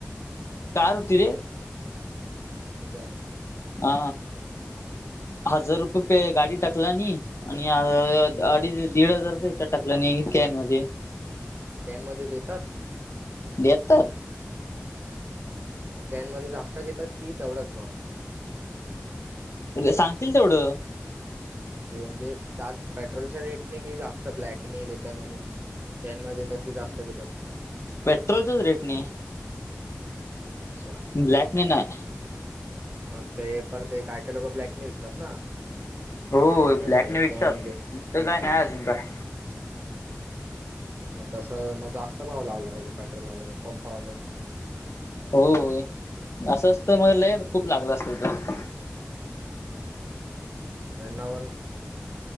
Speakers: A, on the left; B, on the right.
A: कार होती रे.
B: अच्छा.
A: हा हजार रुपये पे गाडी टाकल आणि आणि अं अं अडीच, दीड हजारच याच्यात टाकल्याने कॅन मध्ये.
B: कॅन मध्ये देतात?
A: देतात.
B: म कॅनमध्ये जास्त घेतात की, तेवढाच भाव?
A: सांगतील तेवढं.
B: अरे म्हणजे त्याच पेट्रोलच्या रेटने की, जास्त ब्लॅकनी देतय म्हणून. कॅन मध्ये देतात की जास्त घेतात.
A: पेट्रोलचाच रेटनी.
B: अच्छा.
A: ब्लॅकने नाही.
B: मग ते पर ते काय काय लोक ब्लॅक विकतात ना.
A: हो
B: पेट्रोल
A: ब्लॅकने विकतात.
B: कॅन घेऊन
A: इथ काय नाही अजून काय.
B: मग तस मग जास्त भाव लावला पाहिजे. पेट्रोल वालानी पंपावालानी.
A: होय असं असत मग लय, खूप लागलं असत तर.
B: त्यांना